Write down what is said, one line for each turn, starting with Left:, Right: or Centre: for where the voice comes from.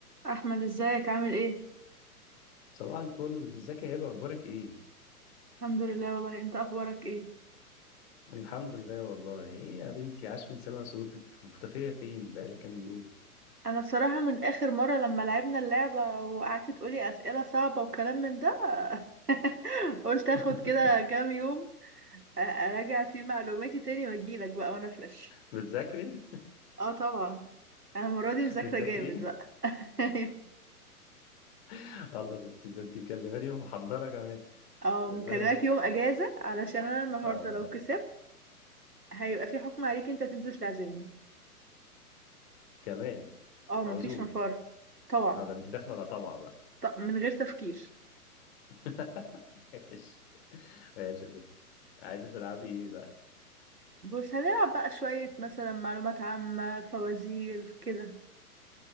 Right: احمد ازيك عامل ايه
Left: صباح الفل ازيك يا هبة اخبارك ايه
Right: الحمد لله والله انت اخبارك ايه
Left: الحمد لله والله ايه يا بنتي عاش من سمع صوتك مختفية فين بقالك كام يوم
Right: انا بصراحه من اخر مره لما لعبنا اللعبه وقعدت تقولي اسئله صعبه وكلام من ده <laughs> قلت اخد
Left: <laughs>
Right: كده كام يوم أ- اراجع فيه معلوماتي تاني واجيلك بقى وانا فريش
Left: بتذاكري
Right: اه طبعا انا المره دي مذاكره
Left: بتذاكريني
Right: جامد بقى <laughs>
Left: <laughs> الله ده انت ده انت مكلماني ومحضرة كمان
Right: اه
Left: ربنا
Right: مكلمك
Left: يستر
Right: يوم اجازه علشان انا النهارده
Left: آه
Right: لو كسبت هيبقى في حكم عليك انت تنزل تعزمني
Left: كمان
Right: اه مفيش
Left: عزومة
Right: مفر طبعا
Left: اه ده انت داخلة على طمع بقى
Right: طب من غير تفكير
Left: <laughs> ماشي ماشي يا ستي عايزة تلعبي ايه بقى
Right: بص هنلعب بقى شوية مثلا معلومات عامة فوازير كده